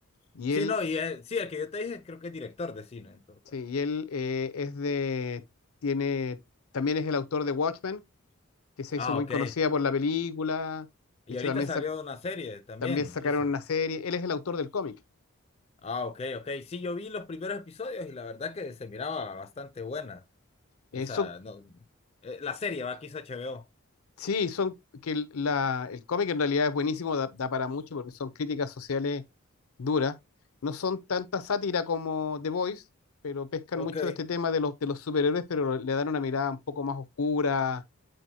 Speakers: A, on the left; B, on the left.
A: Y
B: Sí,
A: él,
B: no, y el- sí, el que yo te dije creo que es director de cine en todo caso.
A: sí, y él eh, es de, tiene, también es el autor de Watchmen, que se
B: Ah,
A: hizo muy
B: ok.
A: conocida por la película.
B: Y
A: De hecho,
B: ahorita
A: también,
B: salió
A: sa-
B: una serie también,
A: también sacaron
B: quizá.
A: una serie. Él es el autor del cómic.
B: Ah, ok, ok. Sí, yo vi los primeros episodios y la verdad que se miraba bastante buena.
A: Eh,
B: Esa,
A: son
B: no, eh, la serie va, quiso H B O.
A: Sí, son que el, la- el cómic en realidad es buenísimo, da, da para mucho porque son críticas sociales duras. No son tanta sátira como The Voice, pero pescan
B: Ok.
A: mucho de este tema de los, de los superhéroes, pero le dan una mirada un poco más oscura,